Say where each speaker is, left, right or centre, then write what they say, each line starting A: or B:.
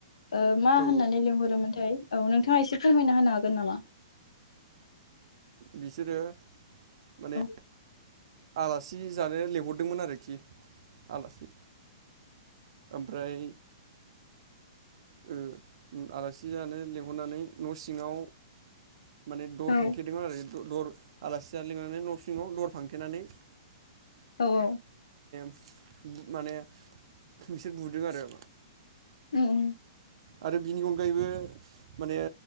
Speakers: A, on the left; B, on the right.
A: ओ मा
B: औ
A: होननानै लिंहरोमोनथाय औ नोंथाङा एसे फोरमायना होनो हागोन नामा
B: बिसोरो माने
A: औ
B: आलासि जानो लिंहरदोंमोन आरोखि, आलासि ओमफ्राय ओ आलासि जानो लिंहरनानै न' सिङाव माने दर
A: औ
B: फांथेदों आरो द दर आलासि जानो लेंलांनानै न' सिङाव दर फांथेनानै
A: औ औ
B: उम माने बिसोर बुदों आरो
A: उम
B: आरो बिनि अनगायैबो माने